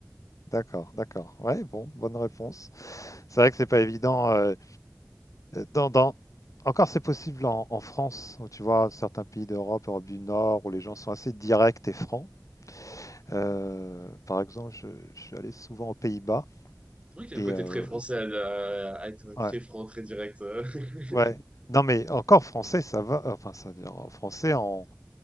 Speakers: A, on the left; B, on the right.
A: d'accord, d'accord. Ouais, bon, bonne réponse. C'est vrai que c'est pas évident, heu, dans dans encore c'est possible en en France, où tu vois certains pays d'Europe, Europe du Nord, où les gens sont assez directs et francs. Heu, par exemple, je je suis allé souvent aux Pays-Bas
B: C'est vrai qu'il y
A: et
B: a un côté
A: heu,
B: très français à, à être
A: ouais,
B: très franc, très direct. euh. <laughs>
A: ouais. Non, mais encore français, ça va, enfin, ça veut dire, en français, on